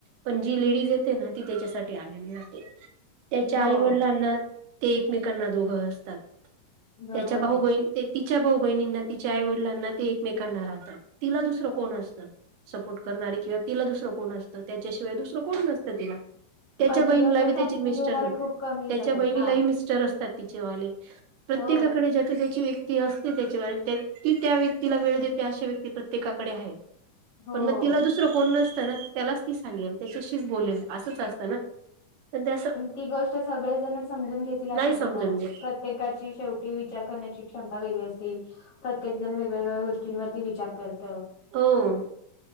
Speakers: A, on the right; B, on the left.
A: पण जी लेडीज येते ना, ती त्याच्यासाठी आलेली जाते-. त्याच्या
B: हो.
A: आई वडिलांना, ते एकमेकांना दोघं असतात
B: बरोबर
A: त्याच्या भाऊ
B: आहे
A: बण
B: ना
A: ते तिच्या भाऊ बहिणींना तिच्या आई वडिलांना ते एकमेकांना राहतात, तिला दुसरं कोण असतं? सपोर्ट करणारे किंवा तिला दुसरं कोण असतं, त्याच्याशिवाय दुसरं कोण नसतं तिला. त्याच्या
B: पण
A: बहिणीला
B: ती गोष्ट
A: ब त्याची
B: समजून
A: मिस्टर
B: घेणारे
A: नव्हते,
B: खूप कमी
A: त्याच्या
B: जण आहेत
A: बहिण
B: ना.
A: मिस्टर असतात तिच्या वाले, प्रत्येकाकडे
B: हो.
A: ज्याची त्याची वेगळी ती असते त्याच्यावर, ती त्या व्यक्तीला वेळ देते अशा व्यक्ती प्रत्येकाकडे आहे?
B: हो
A: पण मग तिलास दुसर कोण नसतं ना, त्यालाच ती सांगेल त्याच्याशी बोलेल असंच असतं. ना पण त्यां
B: ती गोष्ट सगळेजण समजून घेतील असं
A: समजून
B: नाही, ना
A: घेत
B: प्रत्येकाची शेवटी विचार करण्याची क्षमता वेगळी असती, प्रत्येकजण वेगळ्या वेगळ्या गोष्टींवरती विचार करत.
A: हो?